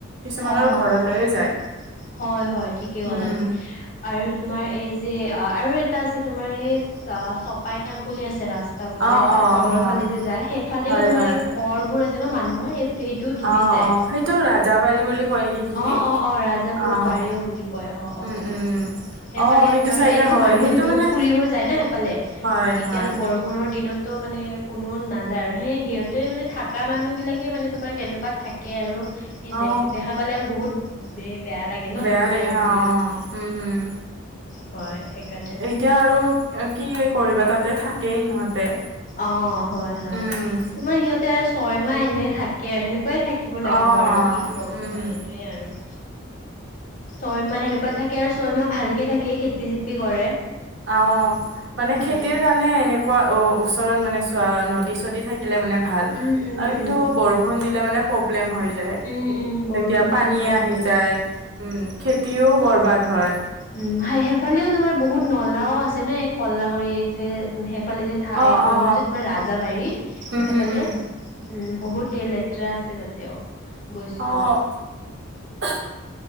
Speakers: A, on the right (about 55°); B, on the left (about 40°).
A: কিছুমানৰ
B: অ
A: ঘৰলৈও
B: অ।
A: যায়
B: হয় হয় ঠিকে
A: উম,
B: কলা তুমি আৰু তোমাৰ এই যে আৰু এটা আছে তোমাৰ এই চ চপাইতাং বুলি আছে ৰাস্তা পাব
A: অ',
B: যে এটা
A: অ',
B: তলৰ
A: অ',
B: ফালে যে যায় সেইফালেও
A: হয়,
B: তোমাৰ
A: হয়
B: এই ঘৰবোৰ আছে ন মানুহৰ সেই সেইটো ডুবি
A: অ',
B: যায়
A: অ', সেইটো ৰাজাবাৰী বুলি কয় নেকি সেইখিনি
B: অ অ অ ৰাজ
A: অ',
B: বাৰিও বুলি কয় অ
A: উম
B: অ হয়
A: উম
B: সেইফালে
A: অ সেইটো
B: তোমাৰ
A: চাইডে
B: এনেটো
A: হয়
B: মানুহে
A: সেইটো
B: বহুত
A: মানে
B: ফুৰিব যায় ন সে সেইফালে
A: হয়
B: এতিয়াযে
A: হয়
B: বৰষুণৰ দিনততো মানে কোনো নাযায় আৰু সেই সিহঁতে মানে থকা মানুহ বিলাকে মানে তোমাৰ কেনেকুৱা থাকে আৰু সেই
A: অ
B: দেখ দেখা পালে আৰু বহুত বে বেয়া লাগে লাগে ন
A: বেয়া
B: দুখীয়া মানুহবিলাকে
A: হা অ উম হম
B: হয় সেইকাৰণে
A: এতিয়া আৰু কি কৰিবা তাতে থাকেই সিহঁতে
B: অ হয় হয়
A: উম
B: তোমাৰ সিহঁতে আৰু ছয়মাহ এনে থাকে সেনেকুৱাই থাক কিব লাগিব
A: অ
B: আৰু
A: অ
B: কি কওক
A: উম
B: বা সেইটোৱেই আৰু ছয় মাহ সেনেকুৱা থাকে আৰু ছয় মাহ ভালকে থাকে খেতি-চেতি কৰে
A: অ মানে
B: সেয়ে
A: খেতিৰ কাৰ নে এনেকুৱা অ ওচৰত মানে চোৱা নদী-চদী থাকিলে মানে ভাল
B: উম উম
A: আৰু
B: উম
A: কিন্তু বৰষুণ
B: হয়
A: দিলে মানে প্ৰব্লেম হৈ যায় তেতিয়া
B: উম উম বৰষুণ দিলে
A: পানীয়ে
B: প্ৰব্লেম
A: আহি
B: হৈ
A: যায় উম খেতিও বৰবাদ হয়
B: উম, সে সেইফালেও তোমাৰ বহুত নলাও আছে ন এ কলা কৰি যে সেইফালে যে ঠা
A: অ
B: এ কলোঁ
A: অ
B: যে তোমাৰ ৰাজাবাৰী
A: উম
B: সেইফালে
A: উম উম
B: উম বহুত তে তট্ৰা আছে তাতেও গৈছিলোঁ।
A: অ অ <unintelligible>